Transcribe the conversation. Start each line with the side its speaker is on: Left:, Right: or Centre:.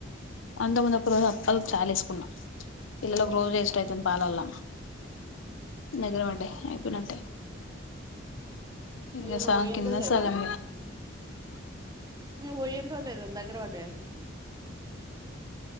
Left: అంతకముందు ఒక రోజు అప్పాలు చాలేసుకున్నా పిల్లలకు రోజు వేస్ట్ అయితుంది పాలల్ల
Right: ఉహు
Left: నిద్దర పడ్డయ్ అయిపోనిన్టాయ్ ఇంగ
Right: అయ్యో నువ్వు
Left: సగం
Right: పోయిన
Left: కింద
Right: రోజులే
Left: సగం
Right: కదా నువ్ పోయిండ్రో లేదో దగ్గర పడ్డయ